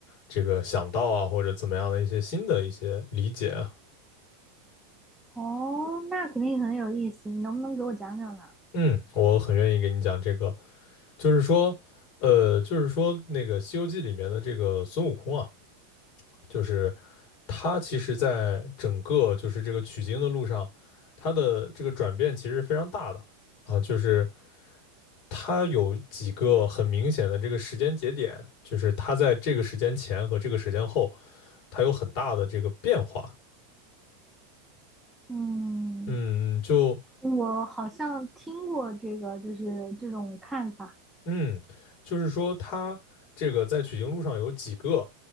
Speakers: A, on the left; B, in the centre.
A: 这个想到啊，或者怎么样的一些新的一些理解啊。
B: 哦，那肯定很有意思，你能不能给我讲讲呢？
A: 嗯，我很愿意给你讲这个，就是说，呃，就是说那个《西游记》里面的这个孙悟空啊。就是他其实，在整个就是这个取经的路上，他的这个转变其实非常大的啊，就是他有几个很明显的这个时间节点，就是他在这个时间前和这个时间后，他有很大的这个变化。
B: 嗯，
A: 嗯，就
B: 我好像听过这个，就是这种看法，
A: 嗯，就是说他这个在取经路上有几个